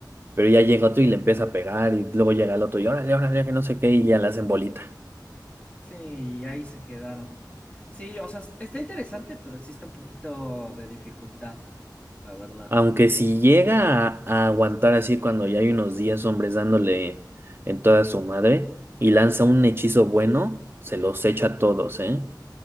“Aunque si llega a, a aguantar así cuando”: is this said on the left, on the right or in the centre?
Right